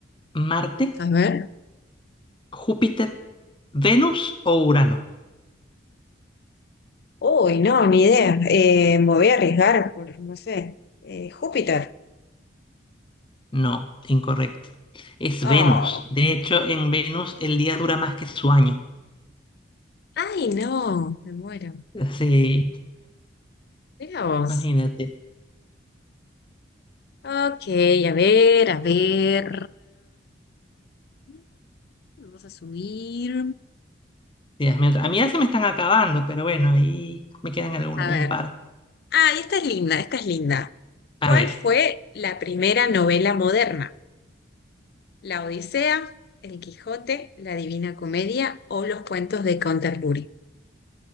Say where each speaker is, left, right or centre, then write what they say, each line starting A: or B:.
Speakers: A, on the left; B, on the left.
A: ¿Marte,
B: A ver.
A: Júpiter, Venus o Urano?
B: Uy, no, ni idea. Eh, me voy a arriesgar por, no sé, eh, Júpiter.
A: No, incorrecto. Es
B: Oh.
A: Venus. De hecho, en Venus el día dura más que su año.
B: Ay, no, me muero.
A: Sí,
B: Mira vos.
A: imagínate.
B: Ok, a ver, a ver. Mm, Vamos a subir.
A: Sí, hazme otra. A mí ya se me están acabando, pero bueno, ahí me quedan alguna,
B: A
A: un
B: ver.
A: par.
B: Ah, esta es linda, esta es linda. ¿Cuál
A: A ver.
B: fue la primera novela moderna? ¿La Odisea, El Quijote, La Divina Comedia o los cuentos de Canterbury?